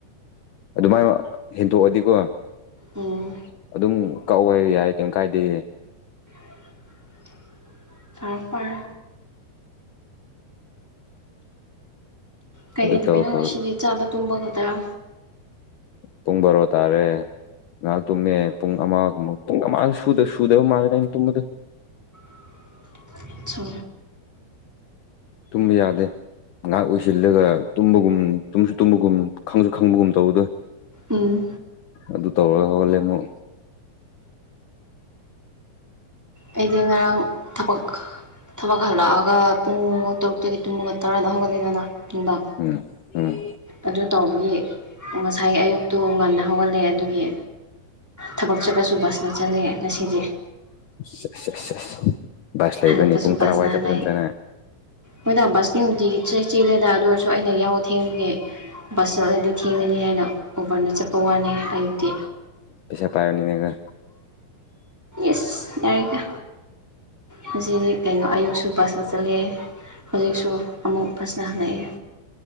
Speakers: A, on the left; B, in the centre.
A: ꯑꯗꯨꯃꯥꯏꯅ ꯍꯦꯟꯗꯣꯛꯑꯗꯤꯀꯣ
B: ꯎꯝ
A: ꯑꯗꯨꯝ ꯀꯛꯋꯦ ꯌꯥꯏ ꯀꯩꯝ ꯀꯥꯏꯗꯦ
B: <inaudible> ꯐꯔꯦ ꯐꯔꯦ ꯀꯩ
A: ꯑꯗꯨ
B: ꯀꯩꯗꯕꯅꯣ
A: ꯇꯧ
B: ꯉꯁꯤꯗꯤ
A: ꯇꯧ
B: ꯆꯥꯕ ꯇꯨꯝꯕ ꯈꯛꯇꯔ
A: ꯄꯨꯡ ꯕꯥꯔꯣ ꯇꯥꯔꯦ ꯉꯥꯏꯍꯥꯛ ꯇꯨꯝꯃꯦ ꯄꯨꯡ ꯑꯃꯒꯨꯝ ꯄꯨꯡ ꯑꯃ ꯁꯨꯗꯕ ꯃꯥꯜꯂꯦꯗ ꯑꯩꯅ ꯇꯨꯝꯕꯗ
B: <unintelligible>
A: ꯇꯨꯨꯝꯕ ꯌꯥꯗꯦ ꯉꯥꯏꯍꯥꯛ ꯑꯣꯏꯁꯤꯜꯂꯒ ꯇꯨꯝꯕꯒꯨꯝ ꯇꯨꯝꯁꯨ ꯇꯨꯝꯕꯒꯨꯝ ꯈꯪꯁꯨ ꯈꯪꯕꯒꯨꯝ ꯇꯧꯕꯗꯣ
B: ꯎꯝ
A: ꯑꯗꯨ ꯇꯧꯔꯒ ꯍꯧꯍꯜꯂꯦ ꯑꯃꯨꯛ
B: ꯑꯩꯗꯤ ꯉꯔꯥꯡ ꯊꯕꯛ ꯊꯕꯛ ꯍꯜꯂꯛꯑꯒ ꯄꯨꯡ ꯇꯔꯨꯛꯇꯒꯤ ꯇꯨꯃꯒ ꯇꯔꯥꯗ ꯍꯧꯒꯠꯂꯦꯗꯅ ꯅꯨꯡꯗꯥꯡ
A: ꯎꯝ ꯎꯝ
B: ꯑꯗꯨ ꯇꯧꯕꯒꯤ ꯉꯁꯥꯏ ꯑꯌꯨꯛ ꯇꯨ ꯉꯟꯅ ꯍꯧꯒꯜꯂꯦ ꯑꯗꯨꯒꯤ ꯊꯕꯛ ꯆꯠꯄꯁꯨ ꯕꯁꯅ ꯆꯠꯂꯦ ꯉꯁꯤꯗꯤ
A: ꯁꯦꯁ ꯁꯦꯁ ꯁꯦꯁ ꯕꯥꯁ ꯂꯩꯕꯅꯤ
B: ꯍꯜꯂꯛꯄꯁꯨ
A: ꯄꯨꯡ
B: ꯕꯁꯅ
A: ꯇꯔꯥ ꯋꯥꯏ ꯆꯠꯄꯁꯤꯗ꯭ꯔꯦꯅꯦ
B: ꯍꯜꯂꯛꯑꯦ ꯍꯣꯏꯗ ꯕꯁꯀꯤ ꯅꯨꯡꯇꯤꯒꯤ ꯆꯦꯜꯂꯦꯗ ꯑꯗꯨ ꯑꯣꯏꯔꯁꯨ ꯑꯩꯅ ꯌꯥꯍꯧ ꯊꯦꯡꯕꯒꯦ ꯕꯁ ꯆꯠꯂꯗꯤ ꯊꯦꯡꯒꯅꯤ ꯍꯥꯏꯅ ꯎꯕꯔꯅ ꯆꯠꯄ ꯋꯥꯅꯦ ꯑꯌꯨꯛꯇꯤ
A: ꯄꯩꯁꯥ ꯄꯥꯏꯔꯅꯤꯅꯦꯒ
B: ꯏꯁ ꯌꯥꯔꯦꯀꯣ ꯍꯧꯖꯤꯛꯗꯤ ꯀꯩꯅꯣ ꯑꯌꯨꯛꯁꯨ ꯕꯁ ꯆꯠꯂꯦ ꯍꯧꯖꯤꯛꯁꯨ ꯑꯃꯨꯛ ꯕꯁꯅ ꯍꯜꯂꯛꯑꯦ